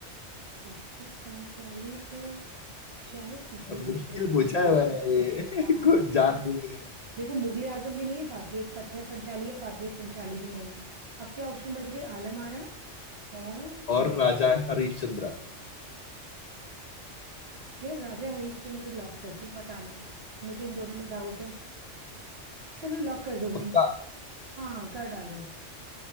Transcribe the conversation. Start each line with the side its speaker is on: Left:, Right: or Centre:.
Right: पत्थर पांचाली तो शायद सत्यजीत
Left: अब मुश्किल
Right: रे की
Left: पूछा
Right: थी
Left: है मैंने ये
Right: हाँ
Left: <laughs> कुछ
Right: यार
Left: जान बूझ के।
Right: देखो मुगले आजम भी नहीं है पाथेर पत्थर पंचाली या पाथेर पंचाली भी नहीं है अब क्या ऑप्शन बच गए आलम आरा और
Left: और
Right: दूसरा
Left: राजा हरिश्चंद्र
Right: यार राजा हरिश्चंद्र लॉक करती हूँ पता नहीं यार मुझे इन दोनों में डाउट है चलो लॉक कर दो भाई
Left: पक्का
Right: हाँ कर डालो